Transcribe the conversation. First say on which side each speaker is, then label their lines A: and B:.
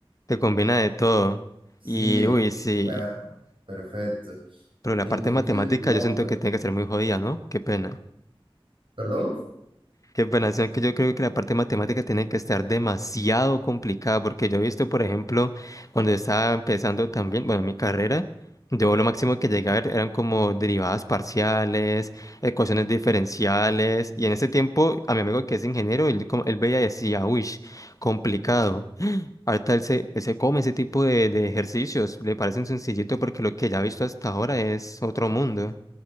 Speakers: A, on the left; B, on the right.
A: Te combina de todo.
B: Sí,
A: Y,
B: en
A: uy,
B: física.
A: sí.
B: Perfecto.
A: Pero la
B: Entonces,
A: parte matemática
B: no,
A: yo siento
B: pues,
A: que tiene que ser muy jodida, ¿no? Qué pena.
B: perdón.
A: Qué pena, o sea, que yo creo que la parte matemática tiene que estar demasiado complicada, porque yo he visto, por ejemplo, cuando estaba empezando también, bueno, mi carrera, yo lo máximo que llegué a ver eran como derivadas parciales, ecuaciones diferenciales, y en ese tiempo a mi amigo que es ingeniero, él, como- él veía y decía, uy, complicado. Ahorita él se, él se come ese tipo de, de ejercicios, le parecen sencillito porque lo que ya ha visto hasta ahora es otro mundo.